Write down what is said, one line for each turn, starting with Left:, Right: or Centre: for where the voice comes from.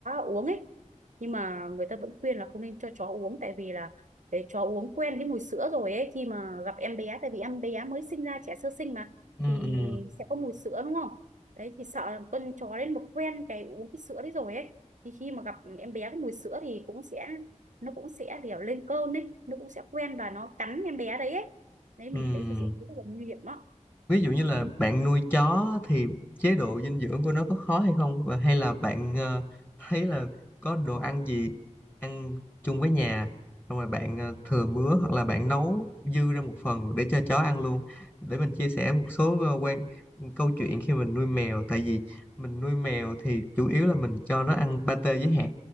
Right: uống ấy nhưng mà người ta vẫn khuyên là không nên cho chó uống tại vì là để chó uống quen cái mùi sữa rồi ấy khi mà gặp em bé tại vì em bé mới sinh ra trẻ sơ sinh mà
Left: ừ
Right: thì
Left: ừ
Right: sẽ có mùi sữa đúng không đấy thì sợ là con chó đến một quen cái uống cái sữa đấy rồi ấy thì khi mà gặp em bé có mùi sữa thì cũng sẽ nó cũng sẽ kiểu lên cơn ấy nó cũng sẽ quen và nó cắn em bé đấy ấy đấy mình
Left: ừ
Right: thấy thực sự rất là nguy hiểm đó
Left: ví dụ như là
Right: những
Left: bạn nuôi chó thì chế độ dinh dưỡng của nó có khó hay không và hay là bạn ờ, thấy là có đồ ăn gì ăn chung với nhà xong rồi bạn ờ, thừa mứa hoặc là bạn nấu dư ra một phần để cho chó ăn luôn để mình chia sẻ một số ờ, quan ừ, câu chuyện khi mình nuôi mèo tại vì mình nuôi mèo thì chủ yếu là mình cho nó ăn pate với hạt